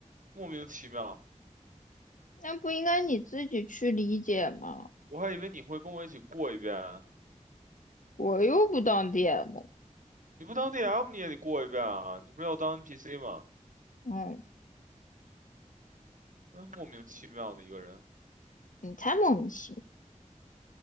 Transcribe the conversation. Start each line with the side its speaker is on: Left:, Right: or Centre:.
Right: 莫名其妙，
Left: 那不应该你自己去理解吗？
Right: 我还以为你会跟我一起过一遍啊，
Left: 我又不当 DM，
Right: 你不当 DM 你也得过一遍啊，你不是要当 NPC 吗？
Left: 嗯，
Right: 那莫名其妙的一个人，
Left: 你才莫名其妙。